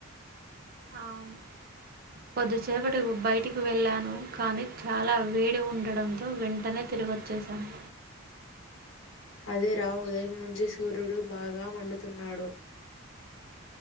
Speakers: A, on the right; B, on the left.
A: అవును! కొద్దిసేపటి బయటికి వెళ్ళాను. కానీ చాలా వేడి ఉండడంతో వెంటనే తిరిగిొచ్చసాను.
B: అదే రావు ఉదయం నుంచి సూర్యుడు బాగా మండుతున్నాడు.